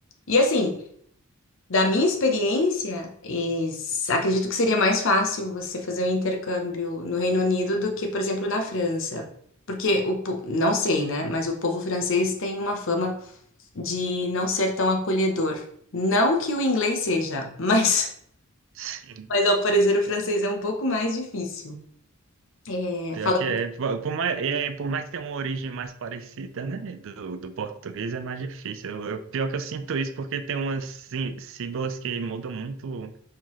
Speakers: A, on the left (about 65°); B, on the right (about 65°).
A: E assim, Da minha experiência, es- acredito que seria mais fácil você fazer um intercâmbio no Reino Unido do que, por exemplo, na França. Porque o, po- não sei, né? Mas o povo francês tem uma fama de não ser tão acolhedor. Não que o inglês seja, mas,
B: Sim.
A: <laughs> mas ao parecer o francês é um pouco mais difícil. É,
B: Pior
A: fala
B: que é. Por por mais, é, por mais que tenha uma origem mais parecida, né? Do, do português é mais difícil. Eu- eu- pior que eu sinto isso porque tem umas sí- sílabas que mudam muito